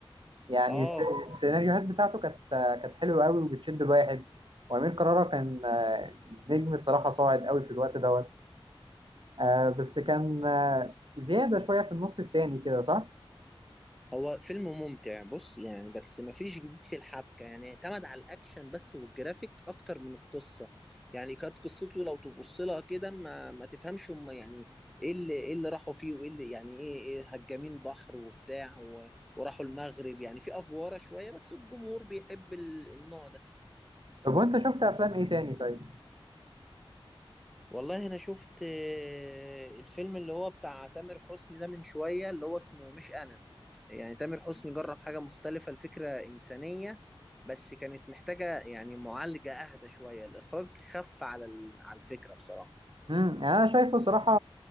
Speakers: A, on the right; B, in the centre.
A: يعني
B: اه
A: الس- السيناريوهات بتاعته كانت كانت حلوه قوي وبتشد الواحد وامير كرارة كان آه، نجم الصراحه صاعد قوي في الوقت دوت آه، بس كان آه، زياده شويه في النص التاني كده صح
B: هو فيلم ممتع بص يعني بس مفيش جديد في الحبكة يعني اعتمد على الأكشن بس والجرافيك أكتر من القصة يعني كانت قصته لو تبص لها كده ما, ما تفهمش هم يعني إيه اللي إيه اللي راحوا فيه وإيه اللي يعني إيه, إيه هجامين بحر وبتاع و- وراحوا المغرب يعني في أفوارة شوية بس الجمهور بيحب ال- النوع ده
A: طب وانت شفت افلام ايه تاني طيب
B: والله انا شفت آه، الفيلم اللي هو بتاع تامر حسني ده من شوية اللي هو اسمه مش انا يعني تامر حسني جرب حاجة مختلفة الفكرة انسانية بس كانت محتاجة يعني معالجة اهدى شوية الاخراج خف على ال- على الفكرة بصراحة
A: امم انا شايفه صراحه